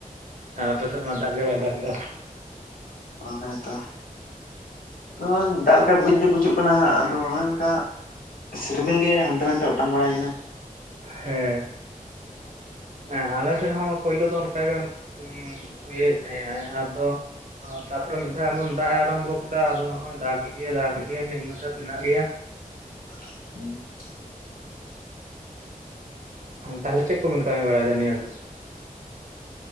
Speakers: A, on the right; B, on the left.
A: ᱟᱨ ᱟᱯᱮ ᱥᱮᱫ ᱢᱟ ᱫᱟᱜ ᱜᱮ ᱵᱟᱭ ᱫᱟᱜ ᱮᱜᱼᱟ
B: ᱚᱱᱮ ᱛᱚ ᱫᱚ ᱫᱟᱜ ᱞᱮᱠᱟ ᱵᱩᱡ ᱫᱚ ᱵᱩᱡᱚᱜ ᱠᱟᱱᱟ ᱦᱟᱸᱜ ᱟᱫᱚ ᱚᱱᱠᱟ, ᱥᱮ ᱤᱨᱢᱤᱞ ᱜᱮ ᱦᱟᱱᱛᱮ ᱱᱟᱛᱮ ᱚᱴᱟᱝ ᱵᱟᱲᱟᱭ ᱠᱟᱱᱟ᱾
A: ᱦᱮᱸ ᱦᱮᱸ ᱟᱞᱮ ᱥᱮᱫ ᱦᱚᱸ ᱯᱳᱭᱞᱳ ᱫᱚ ᱚᱱᱠᱟᱜᱮ ᱚᱱᱼᱼ ᱦᱩᱢ ᱤᱭᱟᱹᱭᱮᱫ ᱛᱟᱦᱮᱸ ᱟᱭ ᱟᱫᱚ ᱛᱟᱯᱚᱨᱮ ᱢᱤᱫ ᱫᱷᱟᱣ ᱮᱢᱚᱱ ᱫᱟᱜ ᱮ ᱟᱨᱟᱢᱵᱷᱚ ᱠᱮᱫᱟ ᱟᱫᱚ ᱱᱚᱜᱚᱭ ᱫᱟᱜ ᱮᱫ ᱜᱮᱭᱟ ᱫᱟ ᱮᱫ ᱜᱮᱭᱟ ᱱᱤᱢᱱᱚ ᱪᱟᱯ ᱢᱮᱱᱟᱜ ᱜᱮᱭᱟ᱾
B: <unintelligible>
A: ᱛᱟᱦᱞᱮ ᱪᱮᱫ ᱠᱚᱵᱤᱱ ᱠᱟᱹᱢᱤ ᱵᱟᱲᱟᱭᱮᱫᱟ ᱱᱤᱭᱟᱹ ᱜᱷᱟᱹᱲᱤᱡ ᱫᱚ?